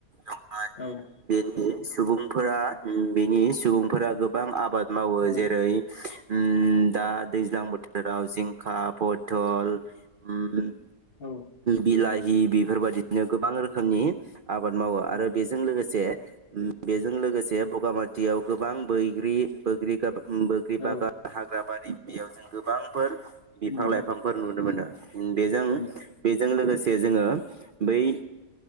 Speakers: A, on the right; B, on the left.
A: आरो
B: औ
A: बेनि सुबुं फोरा बेनि सुबुंफोरा गोबां आबाद मावो
B: औ
A: जेरै उ दा दैज्लां बोथोराव जिंखा पथल उम
B: औ
A: बिलाइ दि बेफोरबादि बि गोबां रोखोमनि आबाद मावो आरो। बेजों लोगोसे बेजों लोगोसे बगामाट दियाव गोबां बैग्रि बोग्रि गोब बैग्रि
B: औ
A: बागान हाग्रा बारि बेयाव जों गोबांफोर बिफां
B: उम
A: लाइफांफोर नुनो मोनो। बेजों
B: उम
A: बे जों लोगोसे जोङो बै